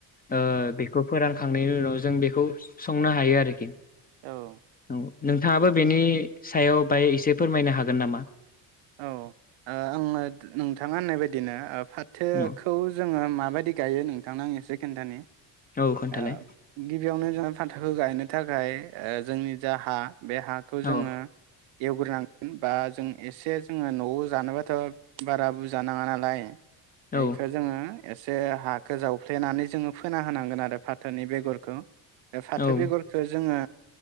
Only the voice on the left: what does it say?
ओ बेखौ फोरानखांनायनि उनाव जों बेखौ संनो हायो आरोखि
औ नोंथाङाबो बेनि सायाव बाय एसे फोरमायनो हागोन नामा?
औ
औ खोन्थालाय
औ
औ
औ